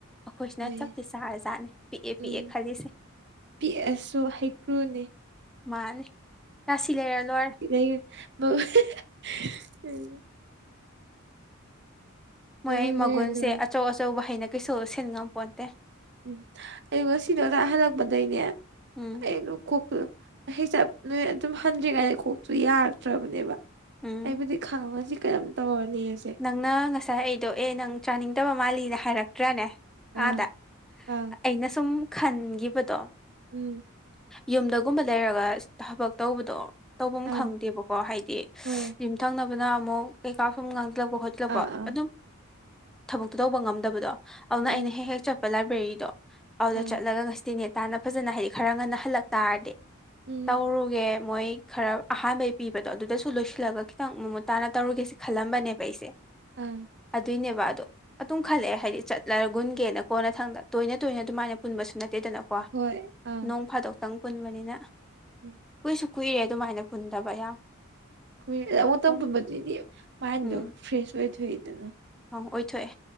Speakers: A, in the centre; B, on the right.
A: ꯑꯩꯈꯣꯏꯁꯤꯅ
B: ꯍꯣꯏ
A: ꯆꯞꯇꯤ ꯆꯥꯔ ꯆꯖꯥꯠꯅꯦ ꯄꯤꯛꯑꯦ-ꯄꯤꯛꯑꯦ
B: ꯎꯝ
A: ꯈꯜꯂꯤꯁꯦ
B: ꯄꯤꯛꯑꯁꯨ ꯍꯩꯀ꯭ꯔꯨꯅꯤ
A: ꯃꯥꯅꯤ ꯔꯥꯁꯤ ꯂꯩꯔ ꯂ‌ꯣꯔ‌ꯦ
B: <inaudible>
A: ꯃꯣꯏ
B: ꯃꯒꯨꯟ
A: ꯑꯩ ꯃꯒꯨꯟꯁꯦ
B: ꯂꯩꯔ ꯂꯣꯏꯔꯦ
A: ꯑꯆꯧ-ꯑꯆꯧꯕ ꯍꯩꯅꯀꯩꯁꯨ ꯁꯤꯟꯉꯝꯄꯣꯟꯇꯦ
B: ꯎꯝ ꯑꯩ ꯉꯁꯤꯗꯣ <inaudible> ꯍꯜꯂꯛꯄꯗꯩꯅꯦ
A: ꯎꯝ
B: ꯑꯩ ꯑꯗꯨꯝ ꯀꯣꯛꯇꯨ ꯑꯗꯨꯝ ꯍꯩ ꯆꯞ ꯅꯣꯏ ꯑꯗꯨꯝ ꯍꯟꯗ꯭ꯔꯤꯉꯩꯗ ꯀꯣꯛꯇꯨ ꯌꯥꯔꯛꯇ꯭ꯔꯕꯅꯦꯕ
A: ꯎꯝ
B: ꯑꯩꯕꯨꯗꯤ ꯈꯥꯡꯉꯁꯤ ꯀꯩꯅ‌ꯣꯝ ꯇꯧꯔꯅꯤꯑ‌ꯦꯁꯦ
A: ꯅꯪꯅ ꯉꯁꯥꯏ ꯑꯩꯗꯣ ꯑꯦ ꯅꯪ ꯆꯥꯅꯤꯡꯗꯕ ꯃꯥꯜꯂꯤꯅ ꯍꯥꯏꯔꯛꯇ꯭ꯔꯥꯅꯦ
B: ꯑꯪ
A: ꯑꯥꯗ
B: ꯑꯪ
A: ꯑꯩꯅ ꯁꯨꯝ ꯈꯟꯒꯤꯕꯗꯣ
B: ꯎꯝ
A: ꯌꯨꯝꯗꯒꯨꯝꯕ ꯂꯩꯔꯒ ꯊꯕꯛ ꯇꯧꯕꯗꯣ ꯇꯐꯝ
B: ꯑꯪ
A: ꯈꯪꯗꯦꯕꯀꯣ ꯍꯥꯏꯗꯤ
B: ꯍꯣꯏ
A: ꯌꯨꯝꯊꯪꯅꯕꯅ ꯑꯃꯨꯛ ꯀꯩꯀꯥ ꯁꯨꯝ ꯉꯥꯡꯖꯤꯜꯂꯛꯄ ꯁꯤꯜꯂꯛꯄ
B: ꯑꯥ ꯑꯥ
A: ꯑꯗꯨꯝ ꯊꯕꯛꯇꯣ ꯇꯧꯕ ꯉꯝꯗꯕꯗꯣ ꯑꯗꯨꯅ
B: ꯎꯝ
A: ꯑꯩꯅ ꯍꯦꯛ-ꯍꯦꯛ ꯆꯠ ꯄ ꯂꯥꯏꯕ꯭ꯔꯦꯔꯤꯗꯣ ꯑꯗꯨꯗ
B: ꯑꯪ
A: ꯆꯠꯂꯒ ꯉꯁꯤꯇꯗꯤ ꯅꯦꯇꯥꯅ ꯐꯖꯅ ꯍꯩꯔ‌ꯦꯛ ꯈꯔ ꯉꯟꯅ ꯍꯜꯂꯛ ꯇꯥꯔꯗꯤ
B: ꯎꯝ
A: ꯇꯧꯔꯨꯒꯦ ꯃꯣꯏ ꯈꯔ ꯑꯍꯥꯟꯕꯩ ꯄꯤꯕꯗꯣ ꯑꯗꯨꯗꯁꯨ ꯂꯣꯏꯁꯤꯜꯂꯒ ꯈꯤꯇꯪ ꯃꯃꯨꯠ ꯇꯥꯅ ꯇꯧꯔꯨꯒꯦꯁ‌ꯦ ꯈꯜꯂꯝꯕꯅꯦꯕ ꯑꯩꯁꯦ
B: ꯎꯝ
A: ꯑꯗꯨꯏꯅꯦꯕ ꯑꯗꯣ ꯑꯗꯨꯝ ꯈꯜꯂꯛꯑꯦ ꯍꯥꯏꯗꯤ ꯆꯠꯂꯒꯨꯟꯒꯦꯅ ꯀꯣꯟꯅ ꯊꯪꯗ ꯇꯣꯏꯅ-ꯇꯣꯏꯅ ꯑꯗꯨꯃꯥꯏꯅ ꯄꯨꯟꯕꯁꯨ ꯅꯠꯇꯦꯗꯅ ꯀꯣ
B: ꯍꯣꯏ ꯑꯪ
A: ꯅꯣꯡ ꯐꯥꯗꯣꯛꯇꯪ ꯄꯨꯟꯕꯅꯤꯅ
B: ꯎꯝ
A: ꯀꯨꯏꯁꯨ ꯀꯨꯏꯔꯦ ꯑꯗꯨꯃꯥꯏꯅ ꯄꯨꯟꯗꯕ ꯌꯥꯝ
B: ꯀꯨꯏꯔ‌ꯦ ꯑꯃꯨꯛꯇ
A: ꯑꯗꯨꯝ
B: ꯄꯨꯟꯕꯗꯨꯗꯤ ꯃꯥꯏꯟꯗꯣ
A: ꯎꯝ
B: ꯐ꯭ꯔꯦꯁ ꯑꯣꯏꯊꯣꯛꯏꯗꯅ
A: ꯑꯣꯏꯊꯣꯛꯑꯦ